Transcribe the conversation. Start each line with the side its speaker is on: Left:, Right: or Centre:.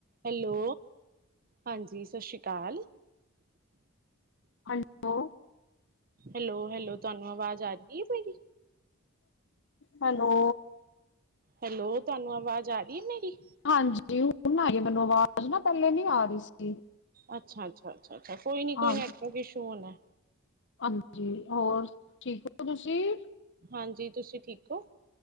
Right: Hello. ਹਾਂਜੀ, ਸ ਸ਼੍ਰੀ ਕਾਲ।
Left: ਹਾਂ <inaudible> ਲੋ
Right: ਹੈਲੋ ਹੈਲੋ ਤੁਆਨੂੰ ਆਵਾਜ਼ ਆਂਦੀ ਐ ਸਾਡੀ?
Left: ਹੈਲੋ।
Right: ਹੈਲੋ ਤੁਆਨੂੰ ਆਵਾਜ਼ ਆ ਰੀ ਏ ਮੇਰੀ?
Left: ਹਾਂਜੀ ਹੁਣ ਆਈ ਮੈਨੂੰ ਆਵਾਜ਼ ਨਾ ਪਹਿਲੇ ਨੀ ਆ ਰਹੀ ਸੀ।
Right: ਅੱਛਾ ਅੱਛਾ। ਅੱਛਾ ਅੱਛਾ ਕੋਈ ਨੀ
Left: ਹਾਂ
Right: ਕੋਈ ਨੈਟ ਵਰਕ ਇਸ਼ੂ ਹੋਣਾ ।
Left: ਹਾਂਜੀ ਹੋਰ ਠੀਕ ਹੋ ਤੁਸੀਂ?
Right: ਹਾਂਜੀ ਤੁਸੀਂ ਠੀਕ ਓ?